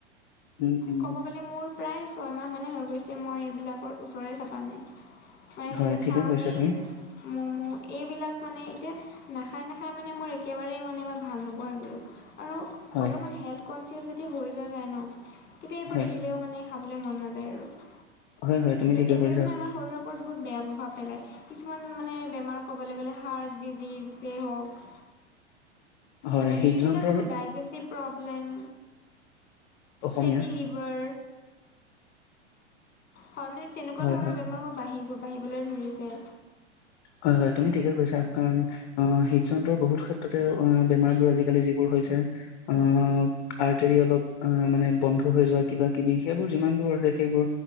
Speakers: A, on the left; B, on the left.
A: উম উম
B: ক'ব গ'লে মোৰ প্ৰায় ছয় মাহ মানেই হৈ গৈছে, মই এইবিলাকৰ ওচৰৰে চপা নাই। মানে যেনে,
A: হয় ঠিকে
B: চাওমিন
A: কৈছা তুমি
B: ম'ম' এইবিলাক মানে এতিয়া নাখায়, নাখায়, মানে মোৰ একেবাৰেই মানে মই ভাল নোপোৱাই গ'ল আৰু
A: হয়
B: অলপমান হেল্থ কনচিয়াছ যেতিয়া হৈ যোৱা যায় ন, তেতিয়া এইবোৰ
A: হয়
B: দেখিলেই মানে খাবলৈ মন নাযায় আৰু এইবো,
A: হয় হয় তুমি ঠিকে
B: এইবোৰে
A: কৈছা
B: আমাৰ শৰীৰৰ ওপৰত বহুত বেয়া প্ৰভাৱ পেলায়। কিছুমান মানে বেমাৰ ক'বলৈ গ'লে, হাৰ্ট ডিজিজেই হ'ওক।
A: হয়
B: মানে
A: হৃদযন্ত্ৰৰ
B: বিভিন্ন ডাইজেষ্টিভ প্ৰব্লেম,
A: অসমীয়া
B: ফেতি লিভাৰ। হয়, মানে তেনেকুৱা
A: হয়
B: ধৰণৰ
A: হয়
B: বেমাৰবোৰ বাঢ়ি‌-বাঢ়িবলৈ ধৰিছে।
A: হয়, হয়, তুমি ঠিকে কৈছা। কাৰণ অ, হৃদযন্ত্ৰ বহুত ক্ষেত্ৰতে অ, বেমাৰবোৰ আজিকালি যিবোৰ হৈছে। অ, আৰ্টৰী অলপ মানে বন্ধ হৈ যোৱা কিবা-কিবি সেইবোৰ যিমানবোৰ আছে সেইবোৰ